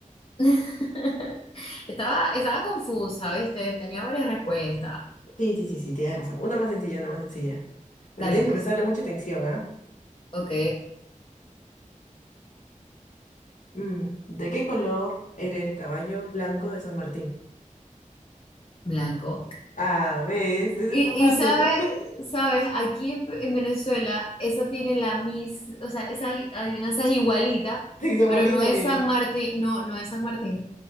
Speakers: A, on the left; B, on the left.
A: <laughs> Estaba, estaba confusa, ¿viste? Tenía varias respuestas.
B: Sí, sí, sí, sí, tienes razón. Una más sencilla, una más sencilla. Pero
A: Dale,
B: tienes
A: pues.
B: que prestarle mucha atención, ¿ah?
A: Ok,
B: Mm, ¿De qué color era el caballo blanco de San Martín?
A: blanco.
B: Ah, ¿ves? Eso
A: Y,
B: está fácil.
A: y sabe,
B: <laughs>
A: sabes, aquí en, en Venezuela, esa tiene la mis, o sea, esa ad- adivinanza es igualita,
B: Sí, San
A: pero
B: Martín
A: no
B: también.
A: es San Martín, no, no es San Martín.